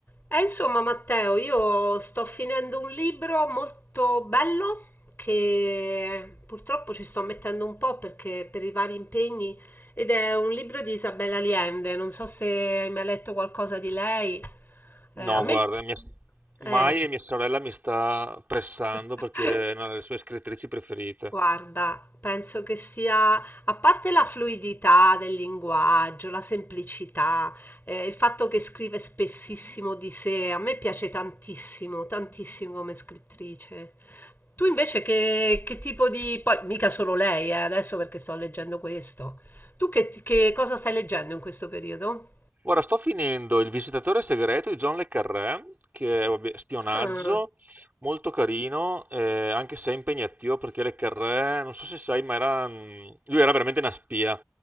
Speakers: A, on the left; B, on the right.
A: E insomma, Matteo, io sto finendo un libro molto bello che purtroppo ci sto mettendo un po' perché per i vari impegni ed è un libro di Isabella Allende. Non so se hai mai letto qualcosa di lei. Eh, a
B: No,
A: No, me
B: guarda, mia s-
A: eh,
B: mai e mia sorella mi sta pressando
A: <laughs>
B: perché
A: no.
B: è una delle sue scrittrici preferite.
A: Guarda, penso che sia, a parte la fluidità del linguaggio, la semplicità, eh, il fatto che scrive spessissimo di sé, a me piace tantissimo, tantissimo come scrittrice. Tu invece che, che tipo di... poi mica solo lei, eh, adesso perché sto leggendo questo. Tu che, che cosa stai leggendo in questo periodo?
B: Ora sto finendo Il visitatore segreto di John le Carré, che è vabbè, spionaggio,
A: Ah.
B: molto carino, eh, anche se è impegnativo perché le Carré, non so se sai, ma era, mm, lui era veramente una spia.